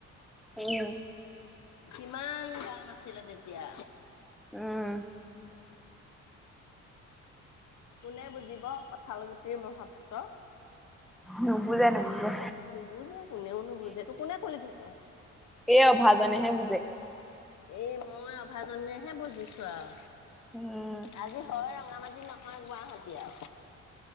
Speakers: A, in the centre; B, on the left.
A: উম
B: কিমান দাম আছিলে তেতিয়া?
A: উম
B: কোনে বুজিব কঁঠাল গুটিৰ মহত্ব?
A: নুবুজে নুবুজে।
B: নুবুজে কোনেও নুবুজে তো কোনে খুলি থৈছে? অহ
A: এ অভাজনেহে বুজে।
B: এ মই অভাজনেহে বুজিছো আও।
A: উম
B: আজি হয় ৰ ৰঙামাতি ন নহয় গুৱাহাটী আও।